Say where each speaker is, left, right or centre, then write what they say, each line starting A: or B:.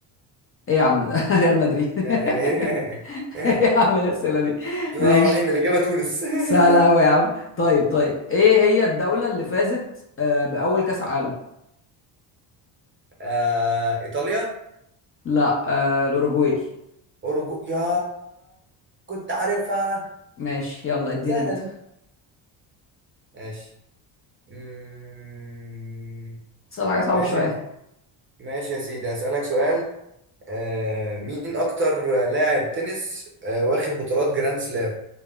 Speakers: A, on the left (about 30°); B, on the right (about 30°).
A: ايه يا عم ده <laughs> ريال مدريد <laughs>
B: آه، <laughs>
A: ايه يا عم الاسئله دي
B: بسم
A: ماشي
B: الله الرحمن الرحيم الإجابة تونس
A: سهله
B: <laughs>
A: قوي يا عم طيب طيب ايه هي الدوله اللي فازت آه باول كاس عالم
B: آه، إيطاليا
A: لا آه الاوروجواي
B: أوروجو يا كنت عارفها
A: ماشي يلا ادينا
B: سهلة
A: انت
B: دي ماشي مم...
A: اسال حاجه صعبه
B: ماشي
A: شويه
B: يا سيدي ماشي يا سيدي أسألك سؤال آه، مين أكتر لاعب تنس آه، واخد بطولات جراند سلام